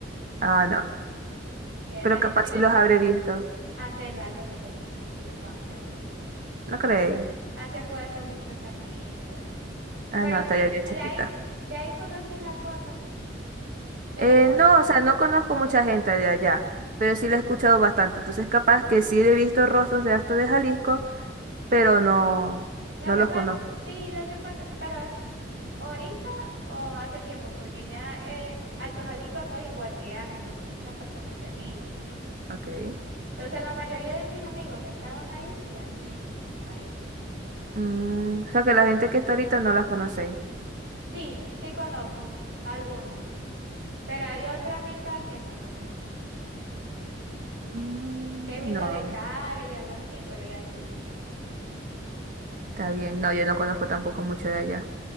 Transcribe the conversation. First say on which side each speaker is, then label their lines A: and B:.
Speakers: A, on the right; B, on the right.
A: ah, no.
B: Si ya están
A: Pero capaz
B: en Chile,
A: sí los
B: se-
A: habré visto.
B: hace rato que se fueron a Chile, no creo.
A: No creí.
B: Hace fue hace muchos añitos.
A: Ah,
B: Pero
A: no, estaría
B: sí,
A: yo chiquita.
B: de ahí, de ahí conocí a cuándo, desde
A: Eh,
B: cuándo.
A: no, o sea, no conozco mucha gente de allá, pero sí la he escuchado bastante. Entonces, capaz que sí he visto rostros de Alto de Jalisco, pero no,
B: Lo
A: no
B: que
A: los
B: pasa,
A: conozco.
B: sí, lo que pasa, pero Ahorita o hace tiempo, porque ya eh, Alto Jalisco no es igual que antes, porque muchas personas se han ido.
A: Ok.
B: Entonces, la mayoría de mis amigos que estaban ahí se han ido del país.
A: Mm, o sea que la gente que está ahorita no las conocéis.
B: Sí, sí conozco algunos, pero hay otra mitad que no conozco,
A: Mm,
B: que he visto
A: no,
B: de cara y algo así, pero ya sí.
A: está bien. No, yo no conozco tampoco mucho de allá.